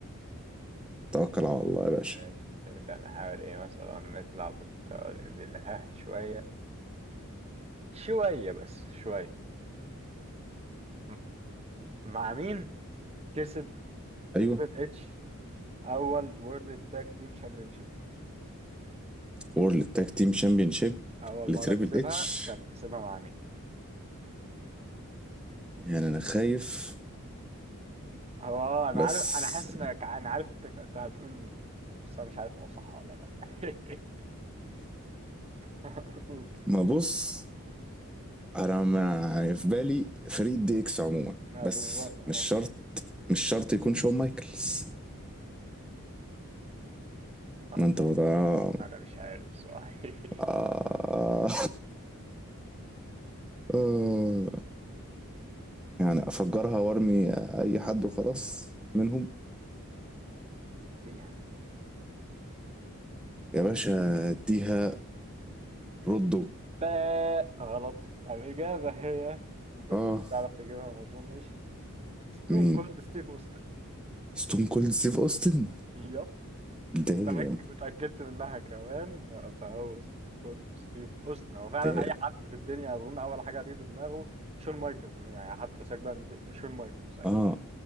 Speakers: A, in the centre; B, on the right.
A: توكل على الله يا باشا
B: ماشي نبدأ نحاول ايه مثلا نطلع بالله شوية شوية بس شوية م- مع مين كسب
A: ايوه
B: تريبل اتش اول وورلد تاج تيم شامبيونشيب
A: وورلد تاج تيم شامبيونشيب
B: اول
A: لتريبل
B: مرة كسبها
A: اتش
B: كان كسبها مع مين
A: يعني انا خايف
B: هو انا
A: بس
B: عارف انا حاسس انك انا عارف انت انت هتقول مين بس انا مش عارف هو صح ولا لا <laughs>
A: ما بص انا ما في بالي فريق دي اكس عموما
B: ما
A: بس
B: بالظبط آه.
A: مش شرط مش شرط يكون شون مايكلز
B: طيب.
A: ما انت بقى
B: انا مش عارف صحيح
A: آه. <laughs> آه. يعني افجرها وارمي اي حد وخلاص منهم
B: تيح <laughs>
A: يا باشا اديها رود دوج
B: باء غلط الإجابة هي ما كنتش
A: اه
B: هتعرف تجيبها ما أظنش ستون
A: مين
B: كولد ستيف أوستن
A: ستون كولد ستيف اوستن
B: يب
A: دايم
B: ومتأك- وتأكدت منها كمان فهو ستون كولد ستيف أوستن هو فعلا
A: دايم
B: أي حد في الدنيا أظن أول حاجة هتيجي في دماغه شون مايكلز يعني حتى سيبك بقى من دي- شون مايكلز أكيد
A: اه